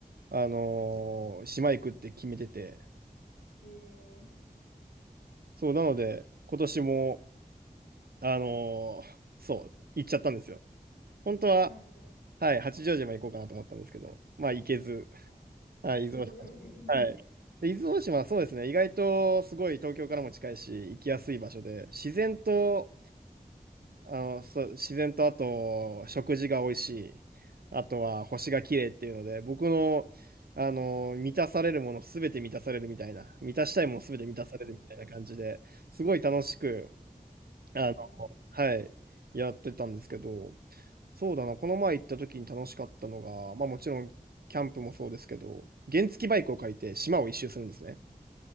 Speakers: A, on the right (about 80°); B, on the left (about 65°).
A: あのー島行くって決めてて、
B: い。えー、
A: そう、なので、今年も、あのーそう、行っちゃったんですよ。本当は、
B: あー、なるほど。
A: はい、八丈島行こうかなと思ったんですけど、まあ行けず、
B: あ、
A: はい、
B: いけず。
A: 伊豆大島。
B: <laughs>
A: はい。で、伊豆大島はそうですね、意外とすごい東京からも近いし、行きやすい場所で、自然と、あの、そう、自然とあと、食事が美味しい。あとは、星が綺麗っていうので、僕の、あの、満たされるものすべて満たされるみたいな、満たしたいものすべて満たされるみたいな感じで、
B: あー、
A: すごい楽しく、あの、
B: いいですね。
A: はい、やってたんですけど、そうだな、この前行った時に楽しかったのが、まあもちろん、キャンプもそうですけど、原付バイクを借りて島を一周するんですね。